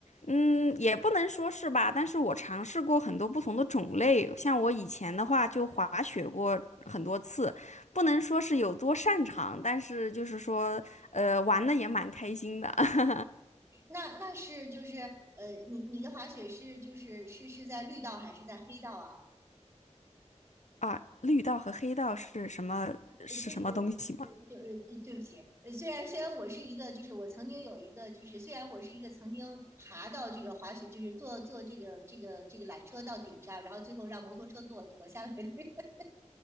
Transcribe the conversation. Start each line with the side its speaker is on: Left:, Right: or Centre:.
Left: 嗯，也不能说是吧，但是我尝试过很多不同的种类，像我以前的话就滑雪过很多次，不能说是有多擅长，但是就是说，呃，玩的也蛮开心的 <laughs>
Right: 那那是就是呃，你你的滑雪是就是是是在绿道还是在黑道啊？
Left: 啊。绿道和黑道是什么是什么东西吗？
Right: 呃，就是就呃，对不起，呃，虽然虽然我是一个，就是我曾经有一个，就是虽然我是一个曾经爬到这个滑雪，就是坐坐这个这个这个缆车到顶上，然后最后让摩托车给我驮下来的人，<laughs>